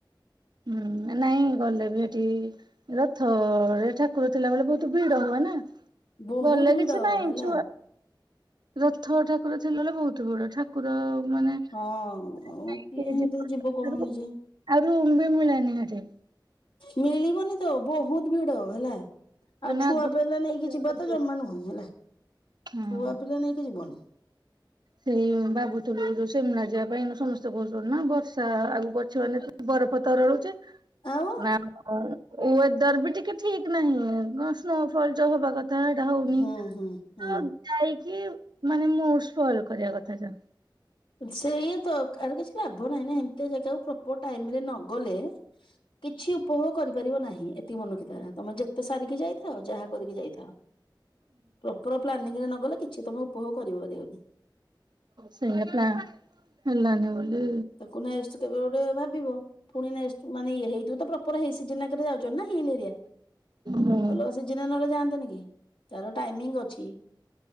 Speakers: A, on the right (about 60°); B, on the left (about 85°).
A: ହୁଁ ନାଇଁ ଗଲେ ବି ହେଠିଇ ରଥରେ ଠାକୁର ଥିଲାବେଳେ ବହୁତ ଭିଡ ହୁଏ ନା।
B: ବହୁତ
A: ଗଲେ
B: ଭିଡ
A: କିଛି ନହିଁ
B: ହେଲା
A: ଛୁଆ ରଥ ଠାକୁର ଥିଲା ବେଳେ ବହୁତ ଭିଡ ଠା ଠାକୁର ମାନେ
B: ହଁ
A: <unintelligible>
B: କିଏ ଏମିତି ଯିବ କହୁନୁ ନିଜେ
A: ଆଉ ରୁମ୍ ବି ମିଳେନି ହେଠି।
B: ମିଳିବନି ତ ବହୁତ ଭିଡ ହେଲା।
A: କାହିଁକିନା
B: ଆଉ ଛୁଆ
A: ଆଗୁଆ
B: ପିଲା ନେଇକି ଯିବା ତ ଜମା ନୁହେଁ ହେଲା
A: ହଁ
B: ଛୁଆ ପିଲା ନେଇକି ଯିବନି।
A: ସେଇ ଭାବୁଥୁଲୁ ଯୋଉ ସେମିନାର ଯିବା ପାଇଁ ସମସ୍ତେ କହୁଛନ୍ତି ନା ବର୍ଷା ଆଗକୁ ଅଛି ମାନେ ବରଫ ତରଳୁଛି
B: ଆଉ
A: ନା <inaudible> ୱେଦର ବି ଟିକେ ଠିକ ନାହିଁ, କଣ ସ୍ନୋଫଲ ଯୋ ହବା କଥା ତ ଏଟା ହଉନି।
B: ହୁଁ ହୁଁ ହୁଁ
A: ତ ଯାଇକି ମାନେ ମୁଡ଼ ସ୍ପଏଲ କରିବା କଥା।
B: ସେଇଆ ତ, ଆରେ କିଛି ଲାଭ ନାହିଁ ନା ଏମିତିଆ ଜାଗାକୁ ପ୍ରପର ଟାଇମରେ ନଗଲେ। <inaudible> କିଛି ଉପଭୋଗ କରିପାରିବ ନାହିଁ। ଏତିକି ମନେ ରଖିଥା ତମେ ଯେତେ ସାରିକି ଯାଇ ଥାଅ ଯାହା କରିକି ଯାଇ ଥାଅ। ପ୍ରପର ପ୍ଲାନିଂ ରେ ନଗଲେ କିଛି ତମେ ଉପଭୋଗ କରିପାରିବନି।
A: ସେୟା ପ୍ଲା ହେଲାନି ବୋଲି
B: ତାକୁ ନେକ୍ସଟ କେବେ ଗୋଟେ ଭାବିବ। ପୁଣି ନେକ୍ସଟ ମାନେ ଇଏ ହେଇଯିବ ତ ପ୍ରପର ହେଇ ସିଜିନ ରାକରେ ଯାଉଛ <unintelligible> ହିଲ ଏରିଆ।
A: ହୁଁ।
B: ଅଲଗା ସିଜିନରେ ନହେଲେ ଯାଆନ୍ତେନି କି, ତାର ଟାଇମିଙ୍ଗ ଅଛି।